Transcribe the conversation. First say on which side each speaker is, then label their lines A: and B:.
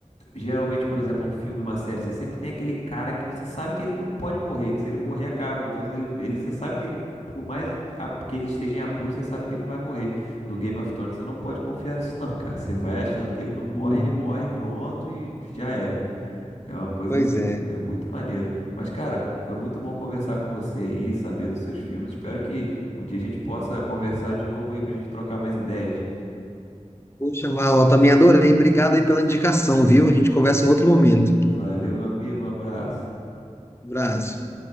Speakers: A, on the left (about 65°); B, on the left (about 20°).
A: geralmente, por exemplo, um filme, uma série, você sempre tem aquele cara que você sabe que ele não pode morrer, que se ele morrer, acaba. Então, ele, ele, você sabe que ele, por mais a- que ele esteja em apuros, você sabe que ele não vai morrer. No Game of Thrones, você não pode confiar <laughs> nisso, não, cara. Você vai achando que ele não morre,
B: Uhum.
A: ele morre e pronto, e já era. É uma coisa
B: Pois
A: assim,
B: é.
A: é muito maneiro. Mas, cara, foi muito bom conversar com você aí, saber dos seus filmes. Espero que um dia a gente possa conversar de novo aí pra gente trocar mais ideias.
B: Poxa, Val, eu também adorei. Obrigado aí pela indicação, viu? A gente conversa em outro momento.
A: Valeu, meu amigo. Um abraço.
B: Um abraço.